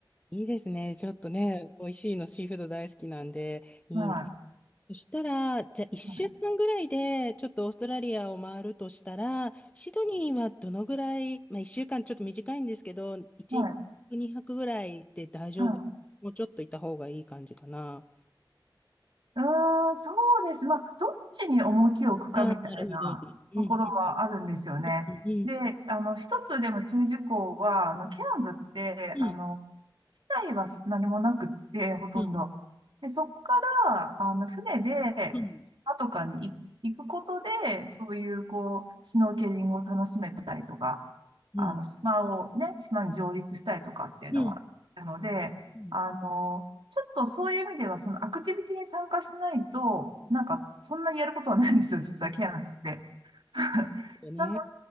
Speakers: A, on the left (about 15°); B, on the right (about 80°).
A: いいですね。ちょっとね、美味しいの、シーフード大好きなんで、いい。
B: は
A: そしたら、じゃあ1週間ぐらいで、
B: い。はい。
A: ちょっとオーストラリアを回るとしたら、シドニーはどのぐらい、まあ1週間ちょっと短いんですけど、1、
B: はい。
A: 2泊ぐらいで大丈夫。
B: はい
A: もうちょっといた方がいい感じかな。
B: うーん、そうです。まあ、どっちに重きを置くかみたいなところはあるんですよね。
A: ああ、なるほど。うん、うん、うん、
B: で、あの、一つでも注意事項は、あの、
A: う
B: ケアンズって、
A: ん、
B: あの、自体は何もなくって、ほとんど。
A: うん、うん、
B: で、そこから、あの、船で、
A: うん、うん、
B: 島とかに行行くことで、そういう、こう、シュノーケリングを楽しめたりとか、
A: うん、
B: あの、島をね、島に上陸したりとかっていうのはあるので、
A: うん、うん。
B: あの、ちょっとそういう意味では、そのアクティビティに参加しないと、
A: うん。
B: なんか、そんなにやることはないんですよ、実はケアなんて。<laughs>
A: ね。
B: なの